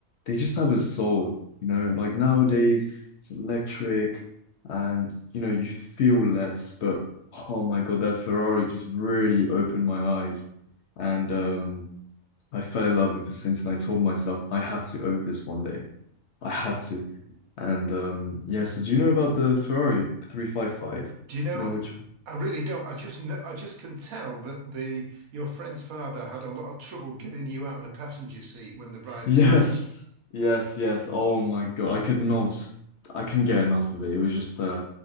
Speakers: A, on the left; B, on the right.
A: They just have a soul, you know, like nowadays it's electric and you know you feel less but oh my god that Ferrari just really opened my eyes and um I fell in love with Vicinton and I told myself I have to own this one day I have to and um yeah so do you know about the Ferrari 355
B: Do you know?
A: do you know which
B: I really don't. I just kn- I just can tell that the your friend's father had a lot of trouble getting you out of the passenger seat when
A: <laughs>
B: the ride
A: yes
B: was finished.
A: yes yes oh my god I could not I couldn't get enough of it it was just uh